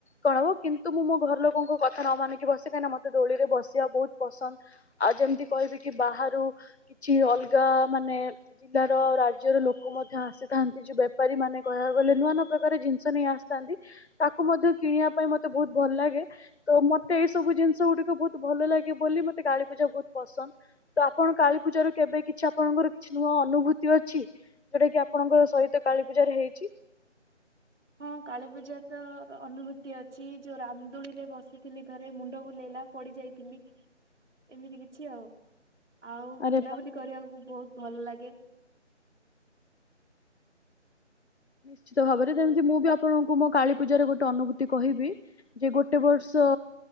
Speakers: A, on the left; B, on the right.
A: କଣ ହବ କିନ୍ତୁ ମୁଁ ମୋ ଘର ଲୋକଙ୍କ କଥା ନ ମାନିକି ବସେ। କାହିଁନା ମତେ ଦୋଳିରେ ବସିବା ବହୁତ ପସନ୍ଦ ଆଉ ଯେମିତି କହିବି କି ବାହାରୁ କିଛି ଅଲଗା ଯା ମାନେ ଜିଲ୍ଲାର ରାଜ୍ୟର ଲୋକ ମଧ୍ୟ ଆସିଥାନ୍ତି ଯୋଉ ବେପାରୀ ମାନେ କହିବାକୁ ଗଲେ ନୂଆ ନୂଆ ପ୍ରକାର ଜିନିଷ ନେଇ ଆସିଥାନ୍ତି ତାକୁ ମଧ୍ୟ କିଣିବା ପାଇଁ ମତେ ବହୁତ ଭଲ ଲାଗେ ତ ମତେ ଏଇ ସବୁ ଜିନିଷ ଗୁଡିକ ବହୁତ ଭଲ ଲାଗେ ବୋଲି ମୋତେ କାଳୀପୂଜା ବହୁତ ପସନ୍ଦ ତ ଆପଣ କାଳିପୂଜା ରେ କେବେ କିଛି ଆପଣଙ୍କର କିଛି ନୂଆ ଅନୁଭୂତି ଅଛି ଯୋଉଟା କି ଆପଣଙ୍କ ସହିତ କାଳୀ ପୂଜାରେ ହେଇଛି।
B: <inaudible> ହଁ କାଳୀ ପୂଜା ତ ଅନୁଭୂତି ଅଛି ଯୋଉ ରାମଦୋଳି ରେ ବସିଥିଲି ଥରେ ମୁଣ୍ଡ ବୁଲେଇଲା ପଡି ଯାଇଥିଲି ଏମିତି କିଛି ଆଉ। ଆଉ
A: ଆରେ
B: ବୁଲାବୁଲି
A: ବାପରେ
B: କରିବାକୁ ବହୁତ ଭଲ ଲାଗେ।
A: ନିଶ୍ଚିତ ଭାବରେ
B: ହ୍ୟାଲୋ
A: ଯେମିତି ମୁଁ ବି ଆପଣ କୁ ମୋ କାଳୀ ପୂଜାରେ ଗୋଟେ ଅନୁଭୂତି କହିବି ଯେ ଗୋଟେ ବର୍ଷ